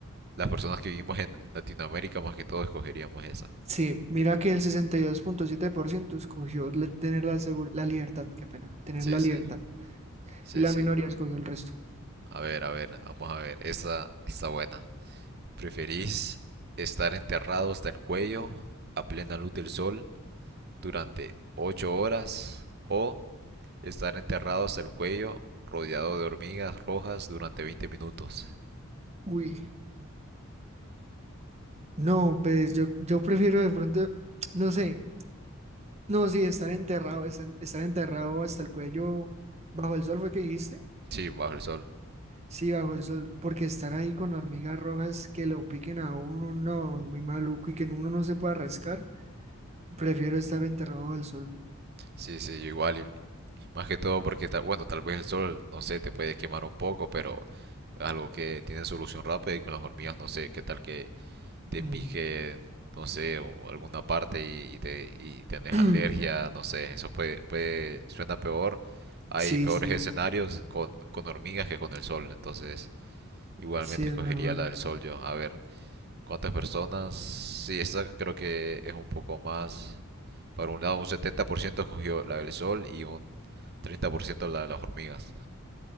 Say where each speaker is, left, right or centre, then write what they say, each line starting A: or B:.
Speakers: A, on the right; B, on the right.
A: las personas que vivimos en Latinoamérica más que todo escogeríamos esa.
B: Sí, mira que el sesenta y dos punto siete por ciento escogió le- tener la, segu- la libertad, qué pena, tener
A: Sí,
B: la
A: sí,
B: libertad
A: sí,
B: y la
A: sí.
B: minoría escogió el resto.
A: A ver, a ver, vamos a ver. Esa está buena. ¿Preferís estar enterrado hasta el cuello a plena luz del sol? durante ocho horas o estar enterrado hasta el cuello rodeado de hormigas rojas durante veinte minutos.
B: Uy. No, pues yo, yo prefiero de pronto, no sé, no, sí, estar enterrado, estar, estar enterrado hasta el cuello bajo el sol, ¿fue que dijiste?
A: Sí, bajo el sol.
B: Sí, bajo el sol, porque estar ahí con hormigas rojas que lo piquen a uno, no, muy maluco y que uno no se pueda rascar, prefiero estar enterrado bajo el sol.
A: Sí, sí, igual. y más que todo porque, ta- bueno, tal vez el sol, no sé, te puede quemar un poco, pero es algo que tiene solución rápida y con las hormigas, no sé, qué tal que te
B: Mm.
A: pique, no sé, o alguna parte y, y te, y tenés
B: <clears throat>
A: alergia, no sé, eso puede, puede, suena peor. Hay
B: Sí,
A: peores
B: sí,
A: escenarios con, con hormigas que con el sol, entonces... Igualmente
B: sí, es
A: escogería
B: mejor.
A: la del sol yo. A ver, ¿cuántas personas? Sí, esta creo que es un poco más. Para un lado, un 70% escogió la del sol y un 30% la de las hormigas.